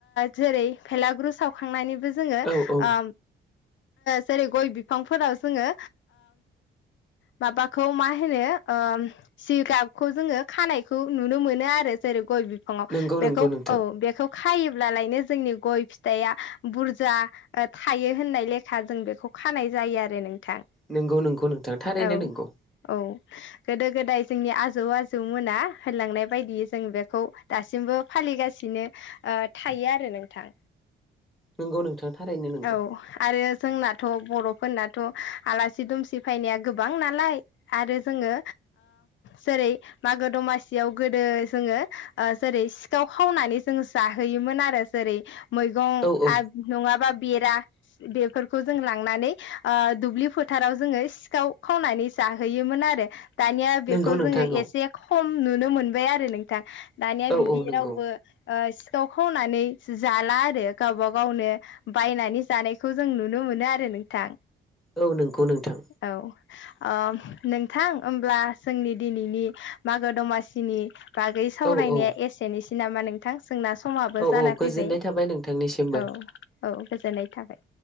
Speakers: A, on the left; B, in the centre.
A: जेरै भेलागुरु सावखांनायनि जोङो ओ
B: औ औ
A: जेरै गय बिफांफोराव जोङो माबाखौ मा होनो जिगाबखौ जोङो खानायखौ नुनो मोनो आरो जेरै गय बि फङाव
B: नंगौ
A: बेखौ
B: नंगौ नोंथां
A: औ बेखौ खायो ब्लायनो जोंनि गय फिथाइआ बुरजा थायो होननाय लेखा जों बेखौ खानाय जायो जायो आरो नोंथां
B: नंगौ नंगौ नोंथां थारैनो
A: औ
B: नंगौ
A: औ गोदो गोदाय जोंनि आजौ आजौमोना होनलांनाय बायदियै जों बेखौ दासिमबो फालिगासिनो थायो आरो नोंथां
B: नोंगौ नोंथां थारैनो नंगौ
A: औ आरो। जोंनाथ‌ बर'फोरनाथ' आलासि दुमसि फैनाया गोबां नालाय आरो जोङो जेरै मागो दमासियाव गोदो जोङो जेरै सिखाव खावनानै जों जाहोयोमोन आरो जेरै मैगं
B: औ औ
A: माबा बेरा बेफोरखौ जों लांनानै दुब्लि फोथाराव जोङो सिखाव खावनानै हानै जाहैयोमोन आरो। दानिया बेखौ
B: नंगौ नोंथां
A: जोङो
B: औ
A: एसे खम नुनो मोनबाय आरो नोंथां। दानिया
B: औ
A: बिदि
B: औ नंगौ
A: रावबो सिखाव खावनानै जाला आरो गावब गावनो बायनानै जानायखौ जों नुनो मोनो आरो नोंथां।
B: औ नंगौ नोंथां
A: औ आ नोंथां होमब्ला जोंनि दिनैनि मागो दमासिनि बागै सावरायनाया
B: औ औ
A: एसेनोसै नामा नोंथां। जोंना समाबो
B: औ
A: जाना
B: औ गोजोननाय
A: फैबाय
B: थाबाय नोंथांनिसिमबो
A: औ। औ गोजोननाय थाबाय